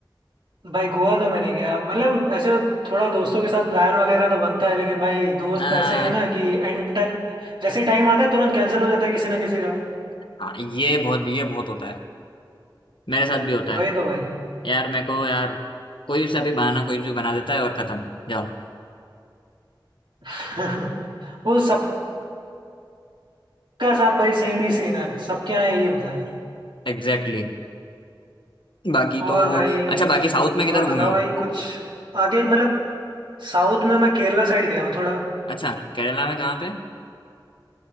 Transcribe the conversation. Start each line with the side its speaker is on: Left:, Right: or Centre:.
Right: भाई गोवा तो मैं नहीं गया मतलब ऐसे थोड़ा दोस्तों के साथ प्लान वगैरह तो बनता है लेकिन भाई दोस्त
Left: हाँ
Right: ऐसे ही है ना कि एंड जैसे ही टाइम आता है तुरंत कैंसिल हो जाता है किसी ना किसी का
Left: हाँ ये बहुत ये बहुत होता है मेरे साथ भी होता
Right: वही
Left: है
Right: तो भाई
Left: यार मेरे को यार कोई सा भी बहाना कोई भी बना देता है और खत्म जाओ
Right: <laughs> वो सबका साथ भाई सेम ही सीन है सबके यहाँ यही होता है
Left: Exactly exactly. बाकी
Right: और
Left: तो
Right: भाई
Left: अच्छा बाकी साउथ में किधर
Right: और
Left: घूमे
Right: बताओ
Left: हो
Right: भाई कुछ आगे मतलब साउथ में मैं केरला साइड गया हूँ थोड़ा
Left: अच्छा केरला में कहाँ पे